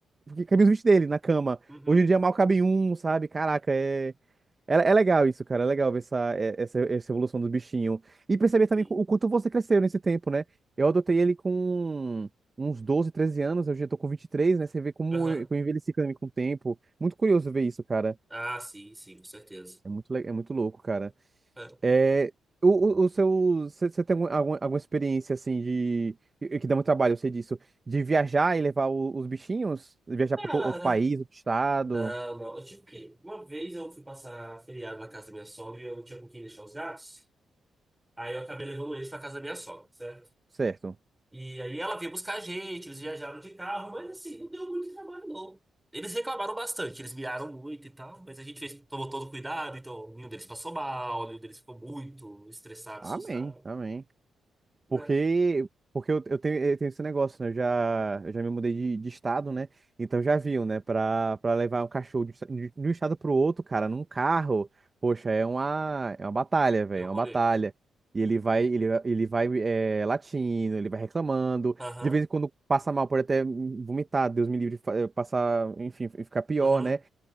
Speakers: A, on the right; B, in the centre.
A: Cabia os bichos dele na cama.
B: <laughs> Uhum.
A: Hoje em dia mal cabe um, sabe? Caraca, é. É, é legal isso, cara. É legal ver essa, é- essa, essa evolução do bichinho. E perceber também
B: Sim.
A: o quanto você cresceu nesse tempo, né? Eu adotei ele com uns 12, 13 anos. Eu já tô com 23, né? Você vê como
B: Aham.
A: eu, como eu envelheci também com o tempo. Muito curioso ver isso, cara.
B: Ah, sim, sim, com certeza.
A: É muito, le- é muito louco, cara.
B: É.
A: É, o, o, o seu, você você tem algum- alguma, alguma experiência, assim, de... e- Que dá muito trabalho, eu sei disso. De viajar e levar o- os bichinhos? Viajar
B: Cara,
A: para outro, outro país, outro estado?
B: não, não. Eu tive que. Uma vez eu fui passar feriado na casa da minha sogra e eu não tinha com quem deixar os gatos. Aí eu acabei levando eles pra casa da minha sogra, certo?
A: Certo.
B: E aí ela veio buscar a gente, eles viajaram de carro, mas assim, não deu muito trabalho, não. Eles reclamaram bastante, eles miraram muito e tal, mas a gente fez, tomou todo cuidado, então nenhum deles passou mal, nenhum deles ficou muito estressado, assustado,
A: Amém, amém.
B: né?
A: Porque, porque eu, eu tenho, eu tenho esse negócio, né? Eu já, eu já me mudei de, de estado, né? Então já viu, né? Pra, pra levar um cachorro de, um esta- de um estado pro outro, cara, num carro, poxa, é uma, é uma batalha, velho,
B: É o
A: é uma
B: rolê.
A: batalha. E ele vai, ele, vai- ele vai é, latindo, ele vai reclamando.
B: Aham,
A: De vez em quando passa mal, pode até vomitar, Deus me livre, fa- eh, passar, enfim, ficar pior,
B: aham,
A: né?